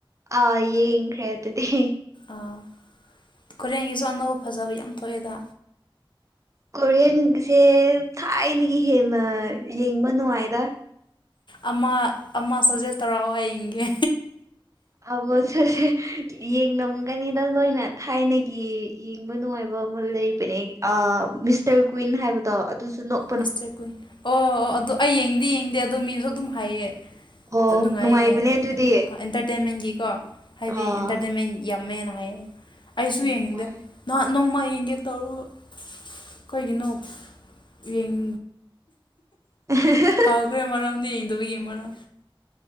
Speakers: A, on the right (about 35°); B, on the left (about 60°).
A: ꯑꯥ ꯌꯦꯡꯈ꯭ꯔꯦ ꯑꯗꯨꯗꯤ
B: ꯑꯥ ꯀꯣꯔꯤꯌꯥꯟꯒꯤꯁꯨ ꯑꯅꯧꯕ ꯐꯖꯕ ꯌꯥꯝ ꯊꯣꯛꯑꯦꯗ
A: ꯀꯣꯔꯤꯌꯥꯟꯒꯤꯁꯦ ꯊꯥꯏꯅꯒꯤ ꯍꯦꯟꯅ ꯌꯦꯡꯕ ꯅꯨꯡꯉꯥꯏꯗ
B: ꯑꯃ ꯑꯃ ꯁꯥꯖꯦꯁ ꯇꯧꯔꯛꯑꯣ ꯑꯩ ꯌꯦꯡꯒꯦ
A: <unintelligible> ꯌꯦꯡꯉꯝꯒꯅꯤꯗ ꯂꯣꯏꯅ ꯊꯥꯏꯅꯒꯤ ꯌꯦꯡꯕ ꯅꯨꯡꯉꯥꯏꯕ ꯑꯃ ꯂꯩ <unintelligible> ꯑꯥ ꯃꯤꯁꯇꯔ ꯀꯨꯏꯟ ꯍꯥꯏꯕꯗꯣ ꯑꯗꯨꯁꯨ ꯅꯣꯛ
B: ꯃꯤꯁꯇꯔ ꯀꯨꯏꯟ ꯑꯣ ꯑꯣ ꯑꯗꯣ ꯑꯩ ꯌꯦꯡꯗꯤ ꯌꯦꯡꯗꯦ ꯑꯗꯣ ꯃꯤꯅꯁꯨ ꯑꯗꯨꯝ ꯍꯥꯏꯌꯦ
A: ꯑꯣ
B: ꯅꯨꯡꯉꯥꯏꯌꯦ
A: ꯅꯨꯡꯉꯥꯏꯕꯅꯦ
B: ꯍꯥꯏꯅ
A: ꯑꯗꯨꯗꯤ
B: ꯑꯦꯟꯇꯔꯇꯦꯟꯃꯦꯟꯒꯤꯀꯣ ꯍꯥꯏꯗꯤ
A: ꯑꯥ
B: ꯑꯦꯟꯇꯔꯇꯦꯟꯃꯦꯟ ꯌꯥꯝꯃꯦꯅ ꯍꯥꯏꯌꯦ ꯑꯩꯁꯨ
A: ꯎꯝ
B: ꯌꯦꯡꯅꯤꯡꯗꯦ
A: ꯅꯨꯡꯉꯥꯏ
B: ꯅꯍꯥꯟ ꯅꯣꯡꯃ ꯌꯦꯡꯒꯦ ꯇꯧꯔꯒ ꯀꯩꯒꯤꯅꯣ ꯌꯦꯡ
A: <unintelligible>
B: ꯀꯥꯎꯈ꯭ꯔꯦ ꯃꯔꯝꯗꯤ ꯌꯦꯡꯗꯕꯒꯤ ꯃꯔꯝ